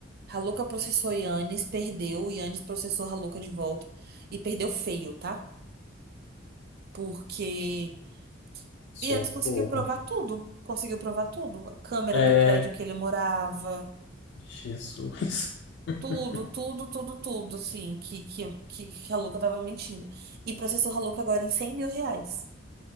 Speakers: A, on the right; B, on the left.
A: Haluca processou Yannis, perdeu. Yannis processou Haluca de volta. E perdeu feio, tá? Porque. E
B: Socorro.
A: eles conseguiu provar tudo. Conseguiu provar tudo. A câmera
B: É,
A: do prédio que ele morava.
B: Jesus. <laughs>
A: Tudo, tudo, tudo, tudo, assim, que, que, que, que a Haluca tava mentindo. E processou a Haluca agora em cem mil reais.